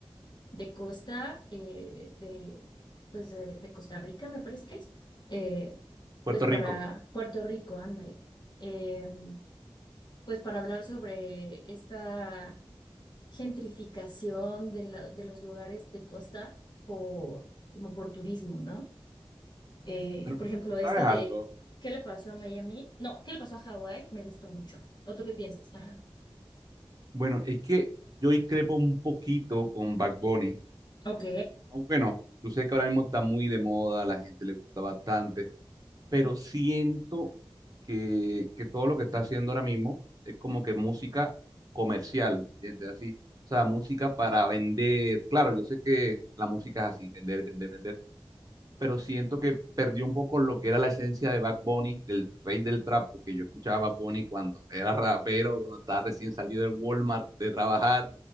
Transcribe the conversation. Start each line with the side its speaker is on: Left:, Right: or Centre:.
Left: de Costa, eh, de, pues de, de Costa Rica, me parece que es, eh,
Right: Puerto
Left: pues para
Right: Rico.
Left: Puerto Rico, ándale. Em, pues para hablar sobre esta gentrificación de, la- de los lugares de costa por, como por turismo, ¿no? Eh,
Right: Bueno,
Left: por ejemplo,
Right: tú sabes
Left: esta
Right: algo,
Left: de ¿qué le pasó a Miami? No, ¿qué le pasó a Hawái? Me gustó mucho. ¿O tú qué piensas? Ajá.
Right: Bueno, es que yo ahí crepo un poquito con Bad Bunny.
Left: Ok,
Right: Aunque no, tú sé que ahora mismo está muy de moda, a la gente le gusta bastante. pero siento que, que todo lo que está haciendo ahora mismo es como que música comercial, ¿me ¿entiendes? Así, o sea, música para vender. Claro, yo sé que la música es así, vender, vender, vender, pero siento que perdió un poco lo que era la esencia de Bad Bunny, del rey del trap, porque yo escuchaba a Bad Bunny cuando era rapero, cuando estaba recién salido del Walmart de trabajar,